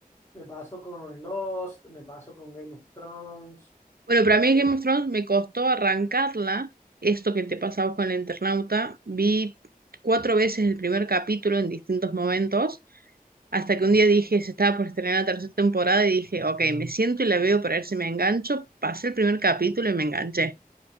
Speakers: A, on the left; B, on the right.
A: Me pasó con Lost, me pasó con Game of Thrones.
B: Bueno, para mí
A: Eh,
B: Game of
A: <laughs>
B: Thrones me costó arrancarla. Esto que te pasaba con el internauta, vi cuatro veces el primer capítulo en distintos momentos, hasta que un día dije, se estaba por estrenar la tercera temporada y dije, ok, me siento y la veo para ver si me engancho. Pasé el primer capítulo y me enganché.